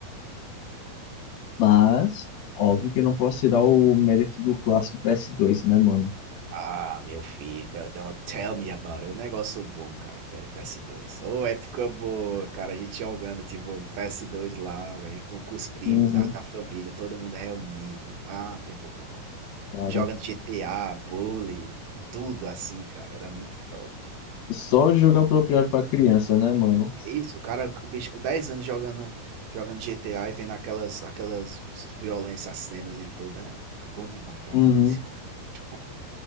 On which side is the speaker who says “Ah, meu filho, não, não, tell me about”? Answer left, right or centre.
Right